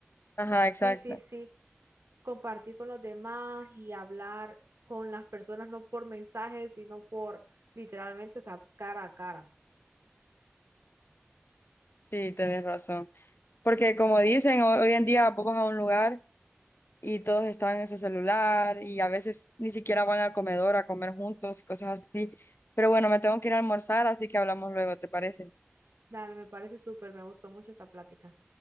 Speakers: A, on the left; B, on the right.
A: Ajá,
B: Sí,
A: exacto.
B: sí, sí. compartir con los demás y hablar con las personas, no por mensajes, sino por literalmente esa cara a cara.
A: Sí, tenés razón. Porque como dicen, ho- hoy en día vos vas a un lugar y todos están en su celular y a veces ni siquiera van al comedor a comer juntos y cosas así. Pero bueno, me tengo que ir a almorzar, así que hablamos luego, ¿te parece?
B: Dale, me parece súper, me gustó mucho esta plática.